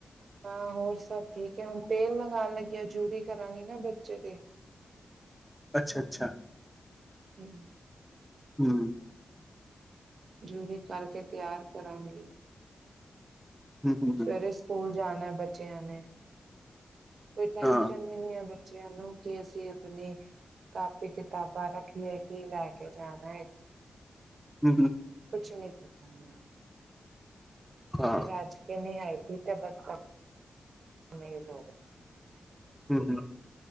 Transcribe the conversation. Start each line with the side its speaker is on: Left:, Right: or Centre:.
Right: ਹਾਂ ਹੋਰ ਸਭ ਠੀਕ ਹੈ। ਹੁਣ ਤੇਲ ਲਗਾਉਣ ਲੱਗੀ ਆ। ਜੂੜੀ ਕਰਾਂਗੀ ਨਾ ਬੱਚੇ ਦੀ
Centre: ਅੱਛਾ-ਅੱਛਾ
Right: ਹੂੰ
Centre: ਹੂੰ
Right: ਜੂੜੀ ਕਰਕੇ ਤਿਆਰ ਕਰਾਂਗੀ
Centre: ਹੂੰ ਹੂੰ
Right: ਸਵੇਰੇ ਸਕੂਲ ਜਾਣਾ ਬੱਚਿਆਂ ਨੇ, ਕੋਈ ਟੈਸ਼ਨ
Centre: ਹਾਂ
Right: ਬੱਚਿਆਂ ਨੂੰ ਕਿ ਅਸੀਂ ਆਪਣੇ, ਕਾਪੀ-ਕਿਤਾਬਾਂ ਰੱਖੀਏ ਕੀ ਲੈ ਕੇ ਜਾਣਾਏ,
Centre: ਹੂੰ ਹੂੰ
Right: ਕੁਛ ਨੀ ਪਤਾ ਮੈਨੂੰ <unintelligible>
Centre: ਹਾਂ ਹੂੰ ਹੂੰ